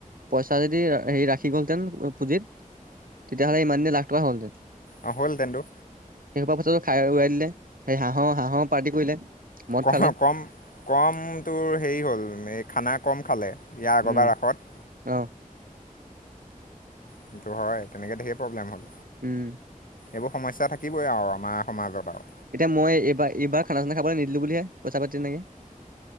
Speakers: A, on the right; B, on the left.
A: পইচা যদি হেৰি ৰাখি গ'লহেতেন পুঁজিত, তেতিয়াহ'লে ইমান দিনে লাখ টকা হ'লহেতেন।
B: অ' হ'ল হেতেন টো।
A: সেইসোপা পইছাটো খাই উৰুৱাই দিলে, সেই হাঁহৰ- হাঁহৰ পাৰ্টি কৰিলে। মদ
B: ক
A: খালে
B: কম- কম তোৰ হেৰি হ'ল, এ খানাৰ কম খালে, ইয়াৰ আগৰবাৰ
A: উম
B: ৰাসত
A: অ
B: কিন্তু হয় তেনেকে ধেই প্ৰব্লেম হ'ল
A: উম
B: এইবোৰ সমস্যা থাকিবই আৰু আমাৰ সমাজত আৰু
A: এতিয়া মই এইবাৰ এইবাৰ খানা চানা খাবলৈ নিদিলো বুলিহে পইচা পাতি তেনেকে।